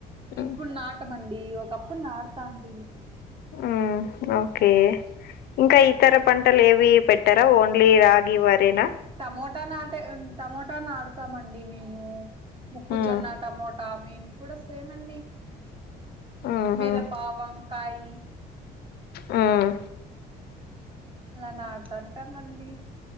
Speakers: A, on the left; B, on the right.
A: ఉమ్
B: ఇప్పుడు నాటమని అది ఒకప్పుడు నాటుతాంటిమి.
A: మ్ ఓకే. ఇంకా ఇతర పంటలు ఏవి పెట్ ర ఓన్లీ రాగి, వరేనా
B: టమోటా నాటే టమోటా నాటుతామండి మేము. మొక్కజొన్న,
A: ఉమ్
B: టమోటా మేము కూడా సేమండి
A: ఉహు
B: మిరపా, వంకాయ
A: మ్
B: అలా నాటుతాంటామండి.